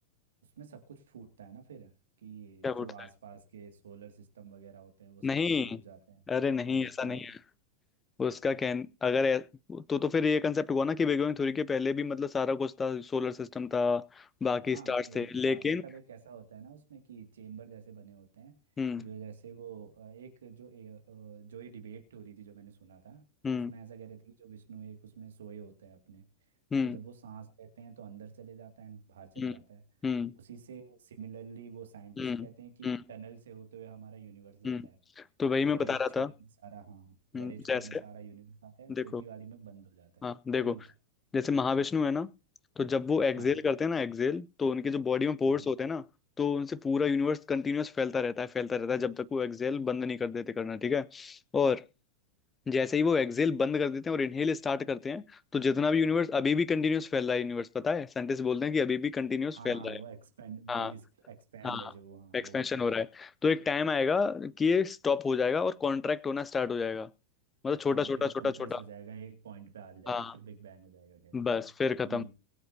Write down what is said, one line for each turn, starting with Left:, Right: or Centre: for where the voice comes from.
Right: उसमें सब कुछ फूटता है ना फिर कि
Left: क्या बोलता
Right: जो आसपास
Left: है
Right: के सोलर सिस्टम वगैरह होते हैं वो सब
Left: नहीं
Right: भी फूट जाते हैं
Left: अरे नहीं
Right: और जितना
Left: ऐसा नहीं है उसका कहन अगर ऐ, तो तो फिर ये कंसेप्ट हुआ ना कि बिग बैंग थ्योरी के पहले भी मतलब सारा कुछ था सोलर सिस्टम था बाकी
Right: हाँ
Left: स्टार्स
Right: वो
Left: थे
Right: भी
Left: लेकिन
Right: था मतलब एक ऐसा होता है ना उसमें कि चेम्बर जैसे बने होते हैं
Left: हम्म
Right: जो जैसे वो अ, एक जो ए, अ, जो ये डिबेट हो रही थी जो मैंने सुना था
Left: हम्म
Right: उसमें ऐसा कह रहे थे कि जो विष्णु एक उसमें सोए होते हैं अपने
Left: हम्म
Right: तो जब वो सांस लेते हैं तो अंदर चले जाता है एंड बाहर चले
Left: हम्म
Right: जाता है
Left: हम्म
Right: उसी से सिमिलरली वो साइंटिस्ट
Left: हम्म
Right: कहते हैं कि
Left: हम्म
Right: एक टनल से होते हुए हमारा यूनिवर्स जाता
Left: हम्म।
Right: है
Left: तो वही
Right: कि
Left: मैं
Right: बड़े
Left: बता रहा
Right: छोर
Left: था
Right: में सारा हाँ
Left: हम्म,
Right: बड़े छोर
Left: जैसे
Right: में सारा यूनिवर्स आता है छोटी
Left: देखो
Right: वाली में बंद हो जाता है
Left: हाँ देखो
Right: वही था
Left: जैसे महाविष्णु है ना तो जब वो एक्सहेल
Right: हाँ
Left: करते हैं ना एक्सहेल तो उनके जो बॉडी में पोर्स
Right: हाँ हाँ
Left: होते हैं ना तो उनसे पूरा यूनिवर्स कंटिन्यूअस फैलता रहता है फैलता रहता है जब तक वो एक्सहेल बंद नहीं कर देते करना ठीक है और जैसे ही वो एक्सहेल बंद कर देते हैं और इनहेल स्टार्ट करते हैं तो जितना भी यूनिवर्स अभी भी कंटिन्यूअस फैल रहा है यूनिवर्स पता है साइंटिस्ट बोलते हैं कि अभी भी कंटिन्यूअस
Right: हाँ
Left: फैल
Right: हाँ,
Left: रहा
Right: वो
Left: है
Right: एक्सपेंड
Left: हाँ
Right: बिग एक्सपेंड
Left: हाँ
Right: है जो वो हाँ
Left: एक्सपेंशन
Right: वो होता
Left: हो रहा
Right: है
Left: है तो एक टाइम आएगा कि ये स्टॉप हो जाएगा और कॉन्ट्रैक्ट होना स्टार्ट हो जाएगा मतलब छोटा
Right: हाँ
Left: छोटा
Right: फिर वो
Left: छोटा
Right: कंप्रेस
Left: छोटा
Right: हो जाएगा एक पॉइंट पे आ जाएगा
Left: हाँ
Right: फिर बिग बैंग हो जाएगा कह रहे
Left: बस
Right: थे वो
Left: फिर खत्म
Right: ये